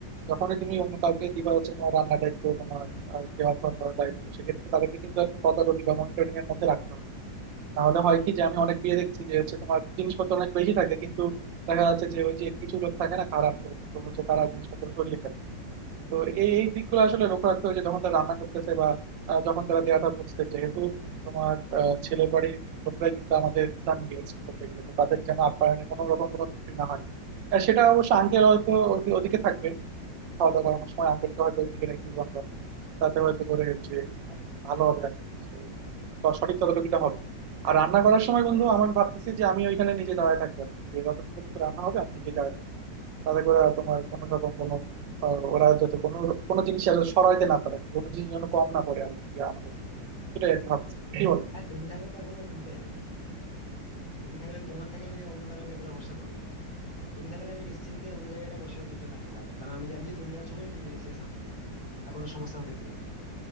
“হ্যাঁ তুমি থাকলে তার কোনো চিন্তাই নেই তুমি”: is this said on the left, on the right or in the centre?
Left